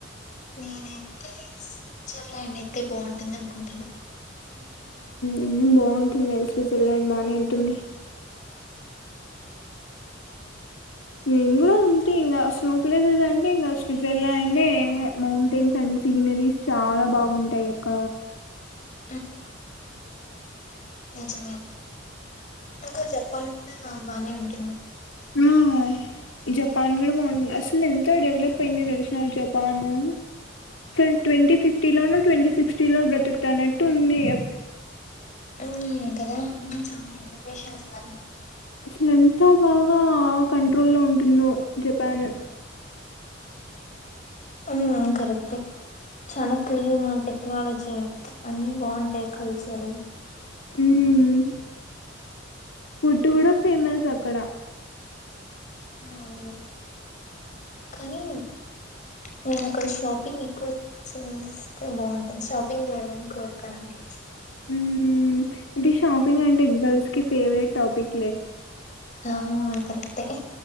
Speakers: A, on the left; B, on the left.
A: నేనైతే స్విజ్జర్లాండ్ అయితే బాగుంటుంది అనుకుంటాను
B: ఉమ్ బాగుంటుంది ఏ సూసి వెళ్ళండి బానే ఉంటుంది నేను కూడా అంతే ఇంకా స్నో ప్లేసెస్ అంటే ఇంకా స్విట్జర్లాండ్ అంటే మౌంటైన్స్ అండ్ సీనరీస్ చాలా బాగుంటాయి అక్క
A: ఉ నిజంగా ఇంకా చెప్పలాంటే బానే ఉంటంది
B: ఉమ్... జపాన్ కూడా బాగుంది అసలు ఎంత డెవలప్ అయిందో తెలుసిన జపాను అసలు ట్వంటీ ఫిఫ్టీలోన ట్వంటీ సిక్స్టీలో బ్రతుకుతాన్నట్టు ఉంది
A: అ కదా అ చ ఇఫర్ేషన్న్నారు
B: అసలు ఎంత బాగా కంట్రోల్ లో ఉంటుందో జపాన్
A: ఆ కరెక్టే చానా క్లీన్ టెక్నాలజీ స అన్నీ బాగుంటాయి కలిసు సరే
B: ఉమ్ ఫుడ్ కూడా ఫేమస్ అక్కడ
A: అవును కానీ నేను అక్కడ షాపింగ్ ఎక్కువ చేస్తే బాగుంటాంది షాపింగ్ చేయాలని కోరిక నాకి
B: మ్మ్. ఇది షాపింగ్ అంటే గర్ల్స్ కి ఫేవరెట్ టాపిక్ లే
A: ఆ కరెక్టే